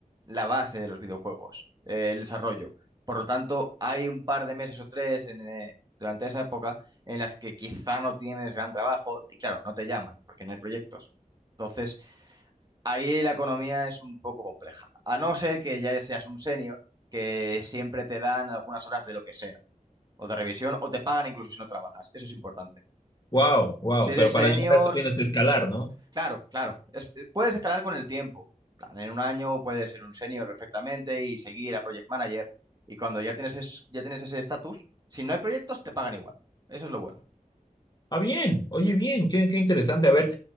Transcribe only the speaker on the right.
la base de los videojuegos, eh, el desarrollo. Por lo tanto, hay un par de meses o tres en, eh, durante esa época en las que quizá no tienes gran trabajo y claro, no te llaman porque no hay proyectos. Entonces, ahí la economía es un poco compleja. A no ser que ya seas un senior, que siempre te dan algunas horas de lo que sea o de revisión o te pagan incluso si no trabajas. Eso es importante.
Si eres
senior,
claro, claro, es- eh, puedes escalar con el tiempo. En plan, en un año puedes ser un senior perfectamente y seguir a project manager. Y cuando ya tienes, es- ya tienes ese estatus, si no hay proyectos, te pagan igual. Eso es lo bueno.